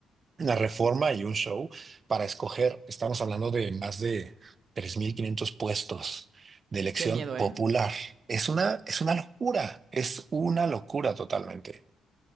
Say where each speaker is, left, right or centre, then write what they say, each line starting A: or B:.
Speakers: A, on the right; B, on the right.
A: una reforma y un show para escoger, estamos hablando de más de 3.500 puestos de elección
B: Qué miedo,
A: popular.
B: ¿eh?
A: Es una, es una locura, es una locura totalmente.